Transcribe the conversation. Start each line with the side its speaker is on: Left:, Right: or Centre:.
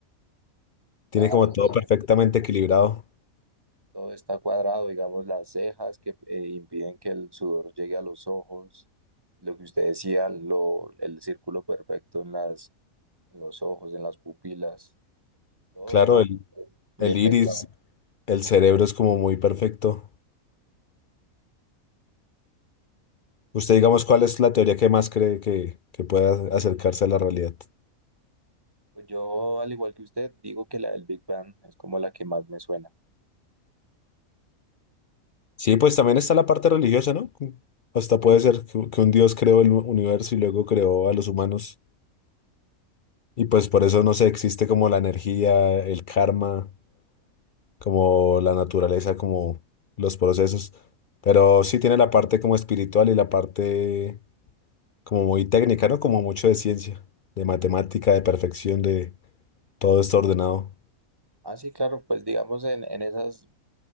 Right: Claro,
Left: Tiene como
Right: es
Left: todo
Right: que
Left: perfectamente equilibrado.
Right: todo está cuadrado, digamos, las cejas que eh, impiden que el sudor llegue a los ojos, lo que usted decía, lo, el círculo perfecto en las en los ojos, en las pupilas, todo
Left: Claro,
Right: esto
Left: el,
Right: bien
Left: el iris,
Right: pensado.
Left: El cerebro es como muy perfecto. Usted, digamos, ¿cuál es la teoría que más cree que, que pueda acercarse a la realidad?
Right: Pues yo, al igual que usted, digo que la del Big Bang es como la que más me suena.
Left: Sí, pues también está la parte religiosa, ¿no? Como- Hasta puede ser que, que un Dios creó el universo y luego creó a los humanos. Y pues por eso no sé, existe como la energía, el karma, como la naturaleza, como los procesos. Pero sí tiene la parte como espiritual y la parte como muy técnica, ¿no? Como mucho de ciencia, de matemática, de perfección, de todo esto ordenado.
Right: Ah, sí, claro, pues digamos en, en esas,